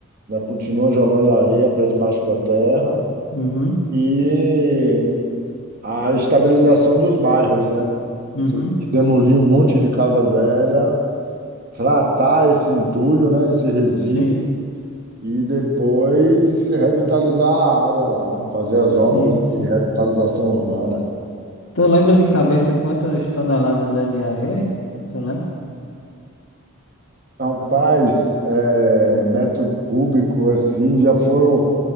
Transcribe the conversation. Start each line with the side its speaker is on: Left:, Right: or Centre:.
Right: né, continua jogando areia para debaixo da terra
Left: Uhum,
Right: e a estabilização dos bairros, né?
Left: uhum.
Right: Você tem que demolir um monte de casa velha, tratar esse entulho, né, esse resíduo
Left: Sim,
Right: e depois revitalizar a área lá, fazer as
Left: sim,
Right: obras
Left: sim.
Right: de revitalização urbana.
Left: Tu lembra de cabeça quantas toneladas é de areia? hein? Tu lembra?
Right: Rapaz, é, metro cúbico assim, já foram,